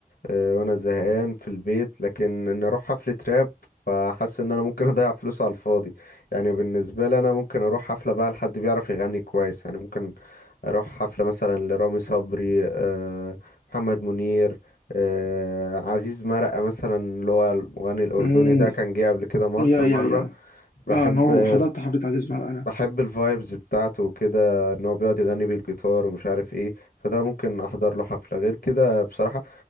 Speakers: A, on the left (about 80°); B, on the left (about 65°).
A: أه، وأنا زهقان في البيت لكن إن أروح حفلة راب فحاسس إن أنا ممكن <laughs> أضيع فلوس على الفاضي يعني بالنسبة لي أنا ممكن أروح حفلة بقى لحد بيعرف يغني كويس يعني ممكن اروح حفلة مثلا لرامي صبري آه، محمد منير آه، عزيز مرقة مثلا اللي هو المغني الأردني
B: امم
A: ده كان جه قبل كده مصر
B: يا يا
A: مرة
B: يا
A: بحب
B: اه ان هو
A: آه،
B: حضرت حفله عزيز مرقه انا
A: بحب الفايبز بتاعته وكده ان هو بيقعد يغني بالجيتار ومش عارف ايه فده ممكن احضر له حفلة غير كده بصراحة